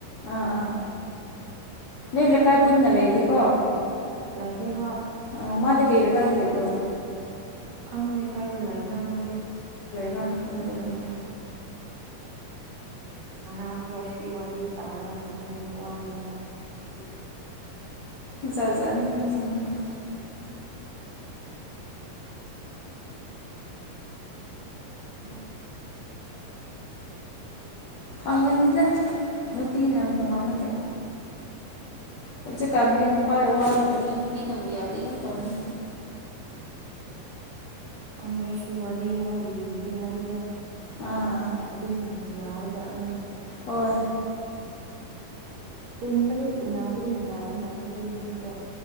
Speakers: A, on the left; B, on the right.
A: ꯑꯥ ꯑꯥ ꯅꯣꯏ ꯂꯩꯀꯥꯏ ꯄꯨꯟꯅ ꯂꯩꯔꯤꯀꯣ
B: ꯂꯩꯥꯏꯗꯦ ꯍꯣ
A: ꯑꯣ ꯃꯥꯗꯤ ꯀꯩꯗꯀꯥꯗ ꯂꯩꯕ꯭ꯔꯣ
B: ꯈꯪꯗꯦ ꯀꯥꯏꯗ ꯂꯩꯕ꯭ꯔꯥ ꯃꯥꯗꯤ
A: ꯔꯥꯟ ꯈꯟꯕꯗ ꯑꯣꯏꯅꯤ
B: ꯉꯔꯥꯡꯥꯟꯗꯣ ꯑꯁꯤ ꯋꯥꯔꯤ ꯇꯥꯔꯒ ꯅꯣꯛꯅꯤꯡꯕ ꯋꯥꯅꯤꯗ
A: ꯖꯥꯖꯅꯤꯡꯒꯤꯁꯤꯡꯤꯡꯦ
B: ꯎꯝ ꯑꯣ
A: ꯐꯪꯒꯅꯤꯗ ꯅꯨꯄꯤꯅꯕꯨꯨꯡ ꯉꯝꯃꯗꯦ ꯍꯧꯖꯤꯛꯀꯥꯟꯒꯤ ꯅꯨꯄꯥ ꯋꯥ ꯂꯧꯗꯕꯅꯤ ꯅꯨꯄꯤꯅꯕꯨ ꯌꯥꯗꯦ ꯑꯗꯨꯝ ꯇꯧꯅꯤ
B: ꯑꯪꯒꯦꯁꯤ ꯋꯥꯔꯤꯅꯦ ꯂꯤꯕꯤꯒꯦ ꯍꯥꯏꯕꯗꯣ
A: ꯑꯥ ꯑꯥ
B: ꯑꯗꯨꯝ ꯌꯥꯕꯖꯠꯅꯦꯅ
A: ꯍꯣꯏ
B: ꯇꯝꯕꯗꯤ ꯑꯦꯠꯇ ꯅꯗꯤ ꯅꯥꯏꯕ ꯃꯥꯂꯦ ꯑꯗꯨꯅ ꯇꯤꯔꯣ